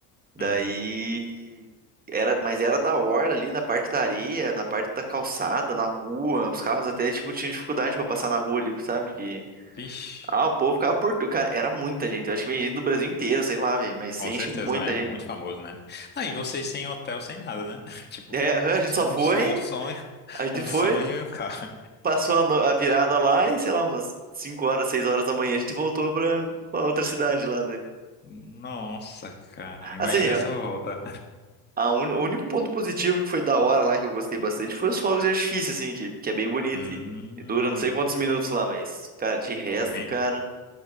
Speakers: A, on the right; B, on the left.
A: Daí
B: Uhum.
A: era, mas era da hora ali na parte da areia, na parte da calçada, na rua. Os carros até tipo tinham dificuldade pra passar na rua ali, sabe? Porque
B: Vixe.
A: ah, o povo ficava por tudo, cara, era muita gente. Eu acho que vem gente do Brasil inteiro, sei lá, velho, mas
B: Com
A: enche
B: certeza,
A: muita
B: não, é muito
A: gente lá.
B: famoso, né? Aí vocês sem hotel, sem nada, né? <laughs> Tipo,
A: É, aham, a gente
B: só
A: só
B: um,
A: foi,
B: só um sonho,
A: a gente
B: um
A: foi,
B: sonho e o carro.
A: passou a, no- a virada lá e sei lá, umas 5 horas, 6 horas da manhã a gente voltou pra, pra outra cidade lá, daí.
B: Nossa, cara, imagina
A: Assim,
B: essa volta.
A: A un- O único ponto positivo que foi da hora lá, que eu gostei bastante, foi os fogos de artifício, assim, que, que é bem bonito
B: Hum,
A: e, e dura não sei quantos minutos lá, mas, cara, de resto,
B: é bem.
A: cara,